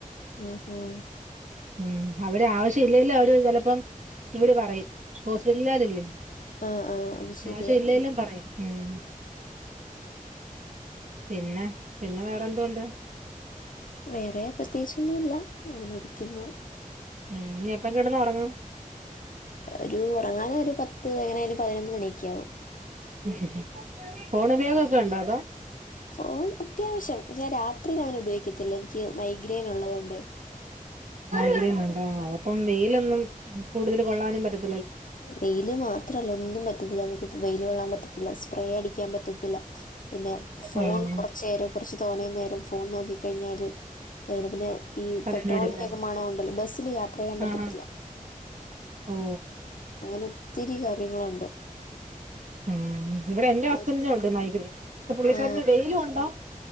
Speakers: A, on the left; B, on the right.
A: മം മം
B: മ്മ് അവിടെ ആവശ്യം ഇില്ലേല്ലു. അവര് ചെലപ്പം ഇവര് പറയും ഹോസ്പിറ്റലാരില്ലെ
A: ആ ആ അത് ശരിയാ.
B: ആവശ്യ ഇല്ലെലും പറയും ഉം പിന്നെ പിന്നെ വേറെ എന്തൊണ്ട്
A: വേറെ പ്രത്യേകിച്ചൊന്നുമില്ല. അങ്ങനെ ഇരിക്കുന്നു
B: ഉം ഇനി എപ്പം കിടന്ന് ഉറങ്ങും
A: ഒരു ഉറങ്ങാനോരു പത്ത്, ഇത് എങ്ങനെനായാലും പതിനൊന്ന് മണിയൊക്ക ആകും
B: ഉ ഫോണ് ഉപയോഗൊക്കെ ഇണ്ടോ. അതോ
A: ഫോൺ അത്യാവശ്യം. പക്ഷേ ഞാൻ രാത്രിയിൽ അങ്ങനെ ഉപയോഗിക്കത്തില്ല. എനിക്ക് മൈഗ്രെയിൻ ഉള്ളത് കൊണ്ട്
B: ശം ആ അപ്പം വെയിലൊന്നും കൂടുതല് കൊള്ളാനും പറ്റത്
A: വെയില് മാത്രല്ല ഒന്നും പറ്റത്തില്ല നമുക്ക് വെയിയില് കൊള്ളാൻ പറ്റത്തില്ല സ്പ്രേ അടിക്കാൻ പറ്റത്തില്ല പിന്നെ ഫോൺ
B: ആഹ്
A: കുറച്ച് നേരം കൊറച്ച് തോന്നെ നേരം ഫോൺ നോക്കിക്കഴിഞ്ഞാല് <unintelligible> പിന്നെ ഈ
B: തലവേദന
A: പെട്രോളിൻ്റെയൊക്കെ
B: എടുക്കും
A: മണം ഒണ്ടല്ലോ ബസ്സില് യാത്ര ചെയ്യാൻ പറ്റത്തില്ല
B: ആഹാ ഓ
A: അങ്ങനെ ഒത്തിരി കാര്യങ്ങളുണ്ട്
B: ഉം ഇവിടെ എന്റെ ഹസ്ബൻഡിനും
A: ഒരു
B: ഉണ്ട് മൈഗ്രയിൻ ത്തെ പുള്ളിക്കാരന്
A: ആ
B: വെയില് കൊണ്ടാ